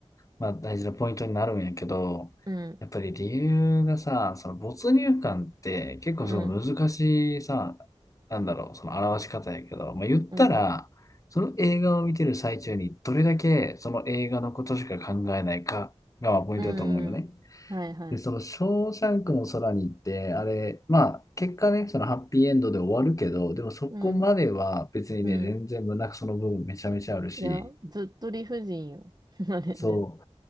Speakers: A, on the left (about 30°); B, on the right (about 35°).
A: まあ大事なポイントになるんやけど、
B: うん、
A: やっぱり理由がさ、その没入感って結構その難しいさ、
B: うん、
A: なんだろう、その表し方やけど、まあ、言ったら、
B: うん、
A: その映画を見てる最中にどれだけその映画のことしか考えないかがまあポイントだと思うよね。
B: うん、うんはいはい。
A: で、その、ショーシャンクの空に行って、あれ、まあ、結果ね、そのハッピーエンドで終わるけど、でもそこまでは別にね、
B: うん、うん。
A: 全然胸くその部分めちゃめちゃあるし、
B: いや、ずっと理不尽よ。<laughs> あれね。
A: そ